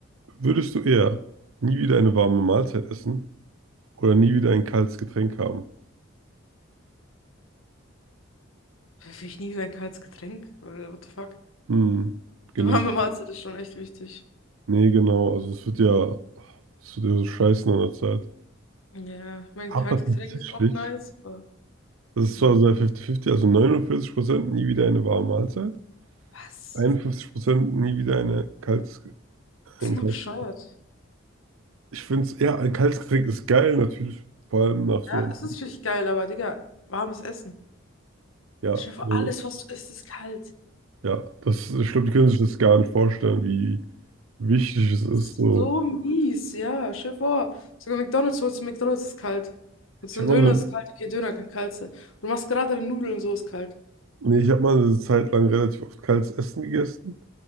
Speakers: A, on the right; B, on the left.
A: würdest du eher nie wieder eine warme Mahlzeit essen oder nie wieder ein kaltes Getränk haben?
B: Will ich nie wieder ein kaltes Getränk, weil, what the fuck?
A: Hm, gene-
B: Eine warme Mahlzeit ist schon echt wichtig.
A: nee, genau. Also, es wird ja, es wird ja so scheißen an der Zeit.
B: Ja, ich meine,
A: Aber
B: kalte
A: tatsächlich,
B: Getränke sind auch nice, aber
A: das ist
B: ja.
A: zwar sehr 50-50, also 49% nie wieder eine warme Mahlzeit.
B: Was?
A: 51% nie wieder eine Kalt's, ein
B: Die sind
A: Kalt's.
B: doch bescheuert.
A: Ich finde es, ja, ein kaltes Getränk ist geil, natürlich, vor allem nach so,
B: Ja, es ist richtig geil, aber Digga, warmes Essen.
A: ja,
B: Stell dir
A: also,
B: vor, alles, was du isst, ist kalt.
A: ja, das, ich glaube, die können sich das gar nicht vorstellen, wie wichtig es ist,
B: Das ist
A: so.
B: so mies, ja, stell dir vor. Sogar McDonald's holst du, McDonald's ist kalt. Und
A: Ich
B: so
A: habe
B: ein Döner
A: mal,
B: ist
A: eine-
B: kalt, okay, Döner kann kalt sein. Du machst gerade deine Nudeln und so ist kalt.
A: nee, ich habe mal eine Zeit lang relativ oft kaltes Essen gegessen